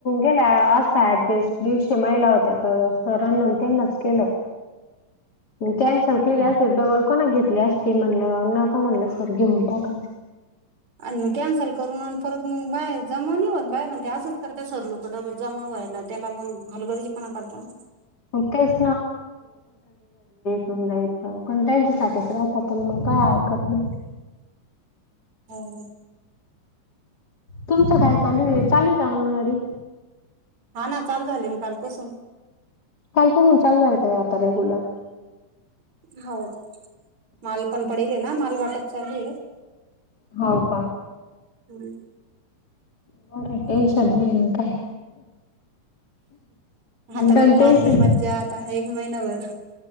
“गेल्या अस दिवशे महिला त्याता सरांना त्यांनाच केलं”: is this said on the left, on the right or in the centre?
Left